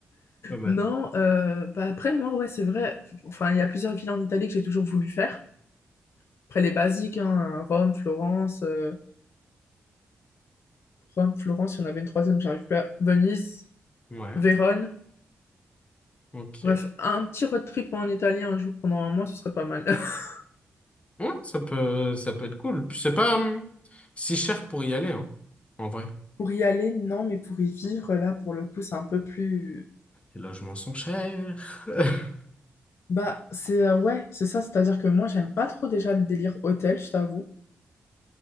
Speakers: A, on the left; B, on the left.
A: pas mal.
B: Non, euh, bah après moi ouais c'est vrai. Enfin il y a plusieurs villes en Italie que j'ai toujours voulu faire. Après, les basiques, hein, Rome, Florence, euh, Rome, Florence, il y en avait une troisième, j'arrive plus à... Venise,
A: Ouais,
B: Vérone.
A: ok.
B: Bref, un petit road trip en Italie un jour pendant un mois, ce serait pas mal. <laughs>
A: Ouais, ça peut, ça peut être cool. Puis c'est pas hum, si cher pour y aller, hein, en vrai.
B: Pour y aller, non, mais pour y vivre, là, pour le coup, c'est un peu plus...
A: Les logements sont chers. <laughs>
B: Bah, c'est... euh, ouais, c'est ça, c'est-à-dire que moi, j'aime pas trop déjà le délire hôtel, je t'avoue.